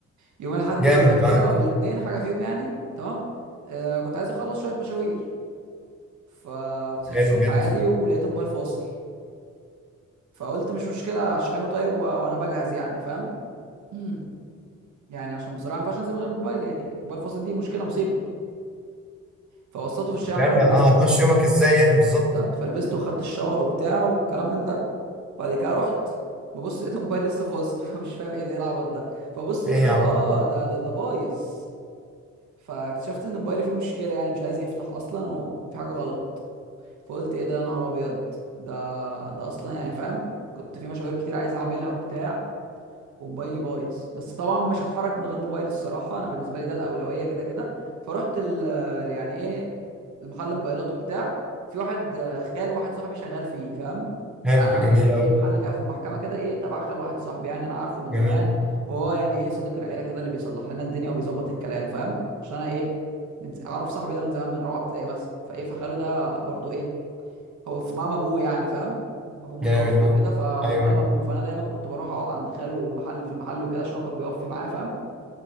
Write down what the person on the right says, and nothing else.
يوم الاحد
اللي فات
كده والاثنين حاجه فيهم يعني تمام آه، كنت عايز اخلص شويه مشاوير فبصيت
الصبح
عادي ولقيت موبايل فاصل فقلت مش مشكله اشحنه طيب و... وانا بجهز يعني فاهم مم. يعني عشان بصراحه ما ينفعش انزل من غير موبايل يعني موبايل فاصل دي مشكله مصيبه فوصلته في الشاحن
ولبسته
و-
بالظبط فلبسته وخدت الشاور وبتاع والكلام من ده بعد كده رحت ببص لقيت <laughs> الموبايل لسه فاصل <laughs> فمش فاهم ايه ده ايه العبط ده فبص
لقيته
اه ده ده ده بايظ فاكتشفت ان موبايلي فيه مشكله يعني مش عايز يفتح اصلا وفي حاجه غلط فقلت ايه ده يا نهار ابيض ده ده اصلا يعني فاهم كنت في مشاوير كتير عايز اعملها وبتاع وموبايلي بايظ بس طبعا مش هتحرك من غير موبايل الصراحه انا بالنسبه لي ده الاولويه كده كده فرحت ال يعني ايه لمحل موبايلات وبتاع في واحد آه، خال واحد صاحبي شغال فيه فاهم
يعني انا في
في
محل كده في المحكمه كده ايه تبع خال واحد صاحبي يعني انا عارفه من
زمان وهو يعني ايه صديق العيله كده اللي بيصلح لنا الدنيا وبيظبط الكلام فاهم عشان انا ايه من اعرف صاحبي ده من زمان من رابعه ابتدائي مثلا فايه فخاله ده برضو ايه هو في مقام ابوه يعني فاهم ابوه متوفي
وكده فهو
في مقام
ابوه فانا دايما كنت بروح اقعد عند خاله محل في المحل وكده عشان هو كان بيقف معاه فاهم